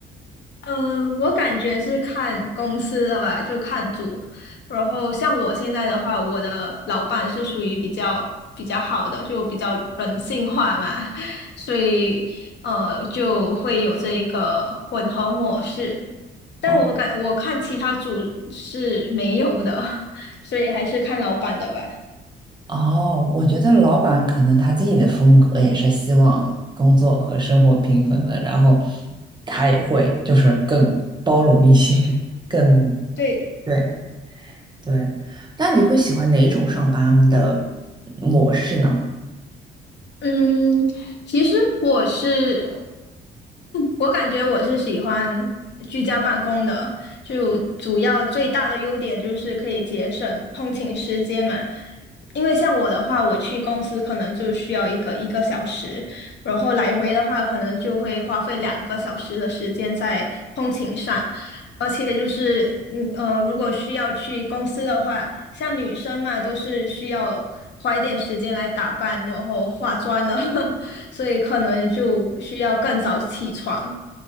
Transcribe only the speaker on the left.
呃，我感觉是看公司的吧，就看组。然后像我现在的话，我的老板是属于比较比较好的，就比较人性化嘛，<laughs> 所以呃就会有这一个混合模式。但我感我看其他组是没有的，
<laughs> 所以还是看老板的吧。
对。
嗯，其实我是，我感觉我是喜欢居家办公的，就主要最大的优点就是可以节省通勤时间嘛。因为像我的话，我去公司可能就需要一个一个小时，然后来回的话，可能就会花费两个小时的时间在通勤上。而且就是，嗯呃，如果需要去公司的话，像女生嘛，都是需要花一点时间来打扮，然后化妆的，<laughs> 所以可能就需要更早起床。